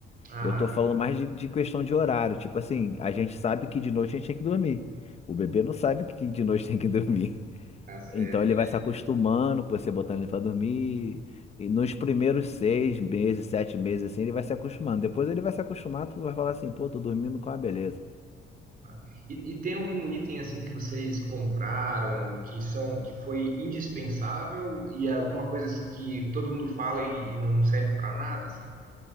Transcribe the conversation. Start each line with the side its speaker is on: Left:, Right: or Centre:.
Right: Ah,
Left: Eu tô falando mais de, de questão de horário. Tipo assim, a gente sabe que de noite a gente tem que dormir. O bebê não sabe que de noite tem que <laughs> dormir.
Right: tá certo.
Left: Então ele vai se acostumando com você botando ele pra dormir. E nos primeiros seis meses, sete meses, assim, ele vai se acostumando. Depois ele vai se acostumar, tu vai falar assim, pô, tô dormindo com a beleza.
Right: Tá? E, e tem um item assim que vocês compraram que são que foi indispensável e é alguma coisa assim que todo mundo fala e, e não serve para nada, assim?